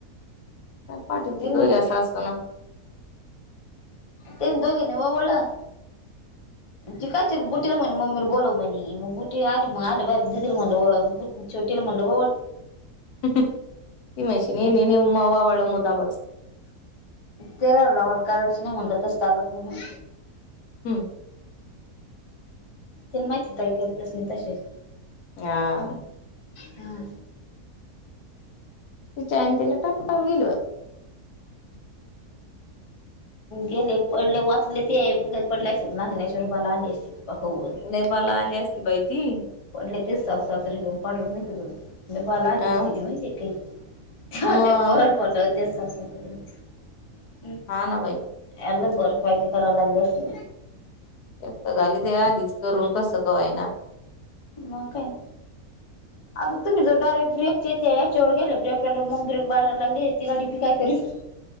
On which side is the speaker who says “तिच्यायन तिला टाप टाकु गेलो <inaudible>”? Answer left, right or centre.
Left